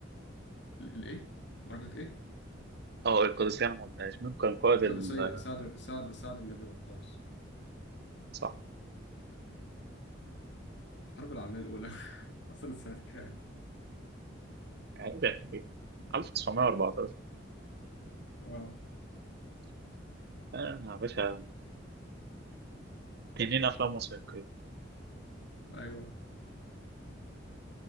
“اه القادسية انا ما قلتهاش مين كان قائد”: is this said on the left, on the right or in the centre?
Right